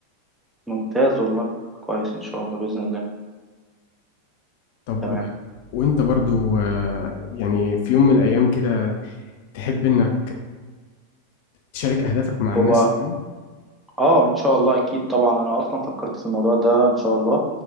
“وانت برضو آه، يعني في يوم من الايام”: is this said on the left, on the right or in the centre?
Left